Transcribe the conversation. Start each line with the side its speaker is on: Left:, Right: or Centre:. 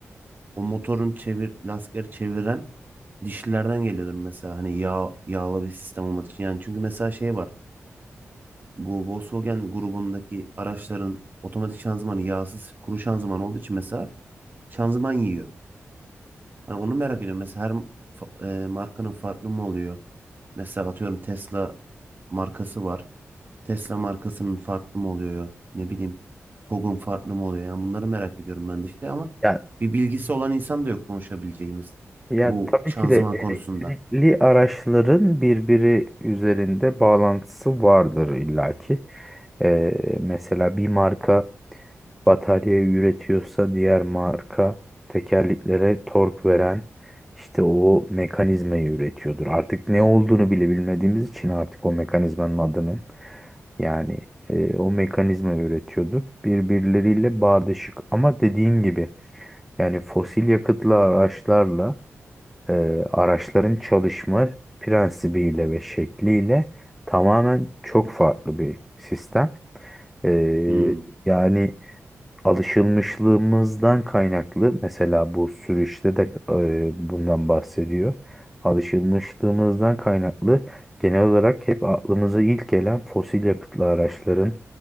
Right: o motorun çevir lastikleri çeviren dişlilerden geliyordur mesela hani yağ yağlı bir sistem olmadığı için. Yani çünkü mesela şey var. Bu Volkswagen grubundaki araçların otomatik şanzımanı yağsız kuru şanzıman olduğu için mesela şanzıman yiyor. Hani onu merak ediyorum. Mesela her fa- e, markanın farklı mı oluyor? Mesela atıyorum Tesla markası var. Tesla markasının farklı mı oluyor? Ne bileyim TOGG'un farklı mı oluyor? Yani bunları merak ediyorum ben de işte ama
Centre: Ya,
Right: bir bilgisi olan insan da yok konuşabileceğimiz
Centre: ya
Right: bu
Centre: tabii
Right: şanzıman
Centre: ki de elektrikli
Right: konusunda.
Centre: araçların birbiri üzerinde bağlantısı vardır illaki. Ee, mesela bir marka batarya üretiyorsa diğer marka tekerleklere tork veren işte o mekanizmayı üretiyordur. Artık ne olduğunu bile bilmediğimiz için artık o mekanizmanın adının yani e, o mekanizma üretiyordur. Birbirleriyle bağdaşık ama dediğim gibi yani fosil yakıtlı araçlarla e, araçların çalışma prensibiyle ve şekliyle tamamen çok farklı bir sistem. E,
Right: Hmm,
Centre: yani alışılmışlığımızdan kaynaklı mesela bu sürüşte de e, bundan bahsediyor. Alışılmışlığımızdan kaynaklı genel olarak hep aklımıza ilk gelen fosil yakıtlı araçların